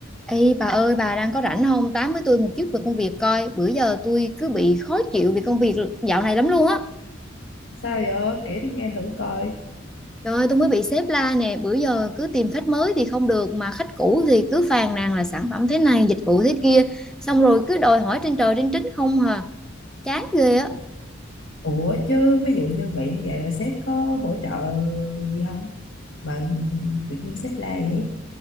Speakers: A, in the centre; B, on the left.
A: Ê bà ơi bà đang có rảnh không tám với tôi một chút về công việc coi bữa giờ tôi cứ bị khó chịu vì công việc dạo này lắm luôn á
B: Sao vậy? Kể tôi nghe thử coi.
A: trời ơi tôi mới bị sếp la nè bữa giờ cứ tìm khách mới thì không được mà khách cũ thì cứ phàn nàn là sản phẩm thế này dịch vụ thế kia xong rồi cứ đòi hỏi trên trời trên trích không hà chán ghê á
B: Ủa ủa chứ ví dụ như bị như vậy rồi sếp có hỗ trợ gì không? Mà tự nhiên sếp la vậy.